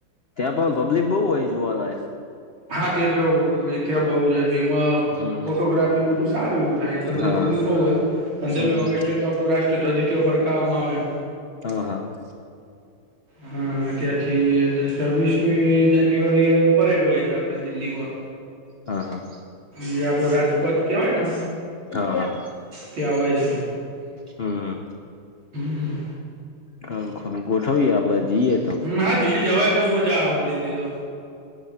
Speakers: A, on the left; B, on the right.
A: ત્યાં પણ પબ્લિક બહુ હોય જોવાનાય.
B: હા ત્યાં તો ત્યાં બહુ જ છે એમાં
A: હમ્મ.
B: ફોટોગ્રાફી બધું સારું એવું થાય એટલે બધી
A: હા
B: પબ્લિક બહુ હોય પંદરમી
A: હમ્મ.
B: ઓગસ્ટે તો આપણો રાષ્ટ્ર ધ્વજવ ફરકાવવામાં આવે એમ
A: હ હા
B: હા અને ત્યાંથી અને છવ્વીસમી જાન્યુઆરી એ પરેડ હોય છે. આપડે દિલ્હીમાં
A: હા હા
B: જે આપડું રાજપથ કેવાય ને
A: હા હા
B: ત્યા હોય છે
A: હા
B: હમ
A: ખરું ખરું ગોઠવીએ આપડે જીએ
B: હમ હા દિલ્હી જવાય બહુ મજા આવે દિલ્હી તો